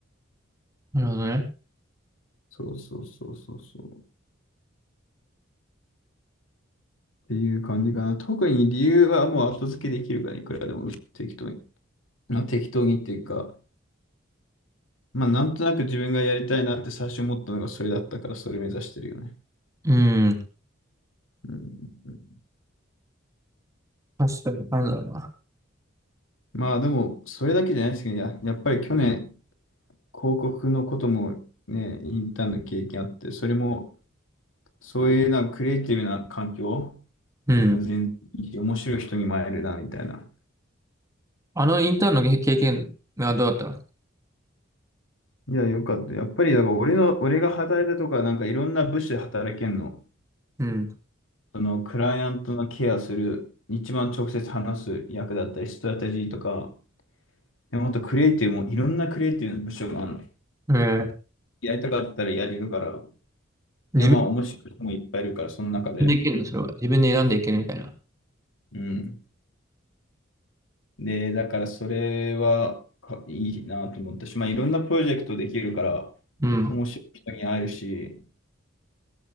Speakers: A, on the right (about 15°); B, on the left (about 80°).
A: なるほどね。
B: そうそうそうそうそう。っていう感じかな。特に理由はもう後付けできるから、いくらでも適当に。まあ、適当にっていうか、まあなんとなく自分がやりたいなって最初思ったのがそれだったから、それ目指してるよね。
A: うん。
B: うんうんうん
A: 確かに、なんだろうな。
B: まあでも、それだけじゃないですけど、や、やっぱり去年、広告のこともね、インターンの経験あって、それも、そういうなんかクリエイティブな環境、
A: うん。
B: もう全然いいし面白い人にも会えるな、みたいな。
A: あのインターンの経経験はどうだった
B: いや、よかった。やっぱり、だから俺の、俺が働いたとか、なんかいろんな部署で働けんの。
A: うん。
B: その、クライアントのケアする、一番直接話す役だったり、ストラテジーとか、でもっとクリエイティブも、いろんなクリエイティブの部署があるの。
A: えー
B: やりたかったらやれるから。
A: 自
B: で、まあ、面白い人もいっぱいいるから、その中で。
A: 分でいけるのそれは。自分で選んでいけるみたいな。
B: うん。で、だからそれはかいいなと思ったし、まあ、いろんなプロジェクトできるから、
A: うん。
B: 面白い人に会えるし、